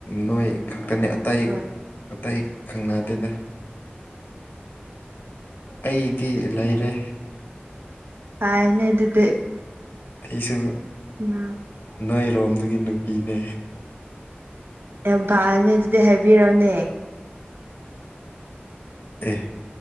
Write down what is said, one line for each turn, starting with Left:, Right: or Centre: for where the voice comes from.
Left: ꯅꯣꯏ ꯈꯛꯇꯅꯦ ꯑꯇꯩ
Right: ꯑ
Left: ꯑꯇꯩ ꯈꯪꯅꯗꯦꯗ ꯑꯩꯗꯤ ꯂꯩꯔꯦ
Right: ꯀꯥꯏꯅꯦ ꯑꯗꯨꯗꯤ
Left: ꯑꯩꯁꯨ
Right: ꯎꯝ
Left: ꯅꯣꯏꯔꯣꯝꯗꯒꯤ ꯅꯨꯄꯤꯅꯦ
Right: ꯌꯥꯝ ꯐꯔꯅꯤ ꯑꯗꯨꯗꯤ ꯍꯥꯏꯕꯤꯔꯣꯅꯦ
Left: ꯑꯦ